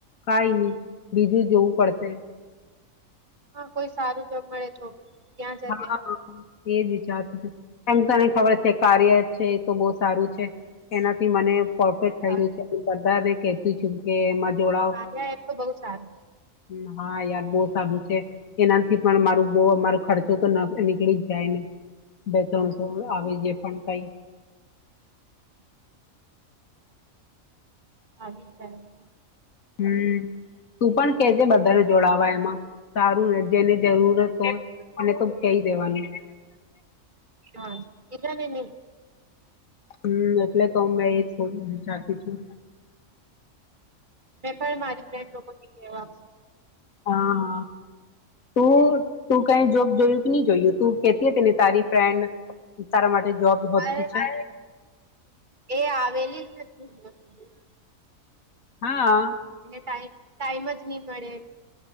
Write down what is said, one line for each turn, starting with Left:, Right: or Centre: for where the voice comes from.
Left: કઈ નહી બીજું જોવું પડશે
Right: હા કોઈ સારું જોબ મળે તો ત્યાં જજે
Left: હા એજ વિચારતી છું એમ તને ખબર છે, કાર્ય છે, એ તો બહુ સારું છે, એનાથી મને પરફેક્ટ થયું
Right: સારું
Left: છે બધાને કેતું છું કે જોડાવ
Right: હા એપ તો બહુ સારું છે.
Left: હમ, હા યાર બહુ સારું છે એના થી પણ મારું બહ અમારો ખર્ચો તો નીકળી જ જાય ને બે ત્રણસો આવી જે પણ કઈ
Right: <inaudible> આવી જ જાય તો
Left: હમ તું પણ કેજે બધાને જોડાવા એમાં સારું જેને જરૂરત હોય એને તો કહી દેવાનું
Right: હા એ ને નની.
Left: હમ એટલે તો મેં એજું વિચારતી છું.
Right: મે પણ મારી ફન્ડ લોકોને કેવા
Left: હા હા તું તું કઈ જોબ જોયું કે નહી જોયું તું કેતી તેને તારી ફ્રેન્ડ તારા માટે જોબ હોતી
Right: અ
Left: છે
Right: એ આવેલી જ નથી સુધી
Left: હા.
Right: એને ટમ ટાઈમ જ નહી મળે